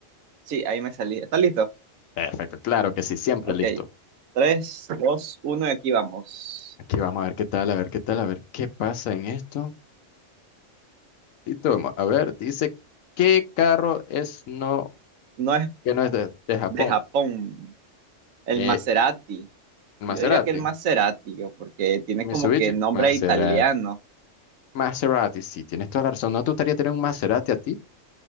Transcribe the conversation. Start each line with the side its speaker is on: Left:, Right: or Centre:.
Right: Sí, ahí me salí. ¿Estás listo?
Left: Perfecto, claro que sí, siempre
Right: Ok,
Left: listo.
Right: tres, dos, uno, y aquí vamos.
Left: Aquí vamos a ver qué tal, a ver qué tal, a ver qué pasa en esto. Y toma, a ver, dice, ¿qué carro es no,
Right: No es
Left: que no es de, de Japón?
Right: de Japón, el
Left: Eh,
Right: Maserati. Yo
Left: Maserati,
Right: diría que el Maserati, yo, porque tiene
Left: Mitsubishi,
Right: como que nombre
Left: Maserati.
Right: italiano.
Left: Maserati, sí, tienes toda la razón. ¿No te gustaría tener un Maserati a ti?